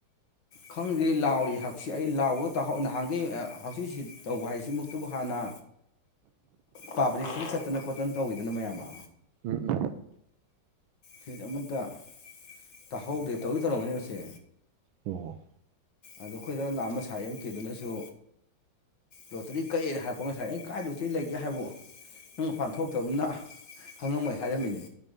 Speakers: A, on the left (about 60°); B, on the right (about 80°).
A: ꯈꯪꯗ꯭ꯔꯤ ꯂꯥꯎꯔꯤ ꯍꯞ ꯁꯤ ꯑꯩ ꯂꯥꯎꯕꯒ ꯇꯥꯍꯧ‌ ꯅꯍꯥꯟꯒꯩ ꯍꯥꯎꯁꯤ ꯇꯧꯕ ꯍꯥꯏꯁꯤꯃꯛꯇꯕꯨ ꯍꯥꯟꯅ ꯄꯥꯕ꯭ꯂꯤꯛꯀꯤ ꯈꯛꯇꯅ ꯈꯣꯠꯇꯟ ꯇꯧꯋꯤꯗꯅ ꯃꯌꯥꯝ ꯑꯃ
B: ꯎꯝ ꯎꯝ <unintelligible>
A: ꯁꯤꯠ ꯑꯃꯇ ꯇꯥꯍꯧꯗꯦ ꯇꯧꯗꯤ ꯇꯧꯔꯝꯒꯅꯦꯕꯁꯦ
B: ꯑꯣ
A: ꯑꯗꯣ ꯑꯩꯈꯣꯏꯗ ꯂꯥꯑꯝꯕ ꯁꯥꯏ ꯑꯃ ꯀꯤꯗꯨꯅꯁꯨ ꯂꯣꯇꯔꯤ ꯀꯛꯑꯦꯅ ꯍꯥꯏꯔꯛꯄ ꯉꯁꯥꯏ ꯑꯩꯩꯅ ꯀꯥꯏꯗ ꯂ‌ꯣꯇꯔꯤ ꯂꯩꯒꯦ ꯍꯥꯏꯕꯨ ꯅꯪ ꯃꯄꯥꯟ ꯊꯣꯛꯇꯕꯅꯤꯅ ꯈꯪꯉꯝꯃꯣꯏ ꯍꯥꯏꯔꯝꯃꯤꯅꯦ